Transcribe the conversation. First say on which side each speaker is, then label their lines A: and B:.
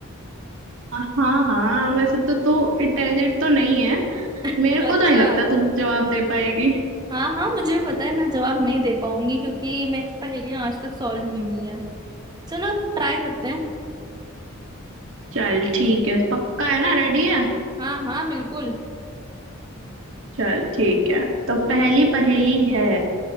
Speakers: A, on the right (about 65°); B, on the right (about 20°).
A: हाँ हाँ वैसे तो तू इंटेलिजेंट तो नहीं है
B: <laughs>
A: मेरे को
B: अच्छा
A: तो नहीं लगता तू जवाब दे पाएगी
B: हाँ हाँ मुझे भी पता है मैं जवाब नहीं दे पाऊंगी क्योंकि मेरे से पहेलियां आज तक सॉल्व नहीं हुई है चलो ट्राई करते हैं
A: चल ठीक है पक्का है ना रेडी है
B: हाँ हाँ बिल्कुल
A: चल ठीक है तो पहली पहेली है